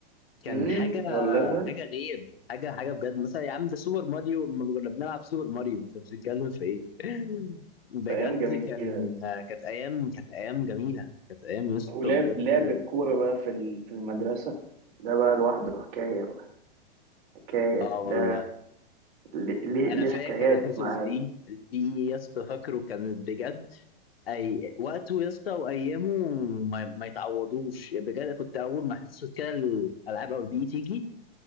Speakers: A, on the left; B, on the right.
A: كان
B: امم
A: حاجة
B: والله
A: حاجة غير حاجة حاجة بجد مثلا يا عم ده سوبر ماريو اما كنا بنلعب سوبر ماريو انت بتتكلم في ايه <laughs> بجد
B: ايام جميله
A: كان كانت ايام كانت ايام جميلة كانت ايام يا اسطى
B: ولعب
A: بجد
B: لعب الكورة بقى في ال- في المدرسة ده بقى لوحده حكاية بقى حكاية
A: اه والله
B: ده ليه ليه ليه
A: انا فاكر
B: حكايات
A: الحصص
B: معايا
A: دي دي يا اسطى فاكره كانت بجد اي وقته يا اسطى وايامه ما, ما يتعوضوش بجد كنت اول ما حصه كده الالعاب او البي تيجي